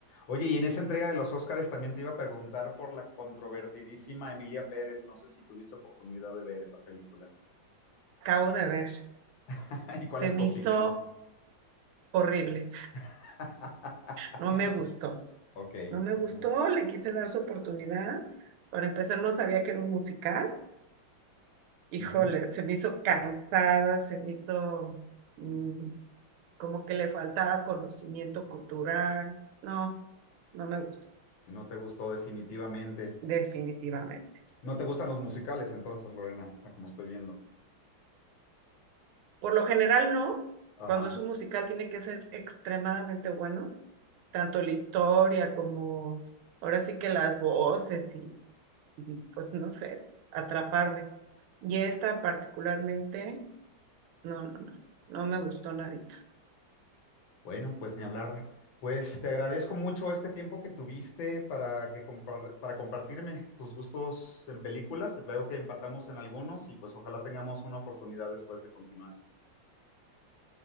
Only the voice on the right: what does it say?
Acabo de ver.
Se
me
hizo horrible.
No me gustó.
No me
gustó, le quise dar su oportunidad. Para empezar, no sabía que era un musical. híjole,
se me hizo cansada, se me hizo mm, como que le faltaba conocimiento cultural. No, no me gustó,
definitivamente.
Por lo general no,
cuando es un musical tiene que ser extremadamente bueno, tanto la historia como ahora sí que las voces y, y, pues no sé, atraparme. Y esta particularmente, no, no, no, no me gustó nadita.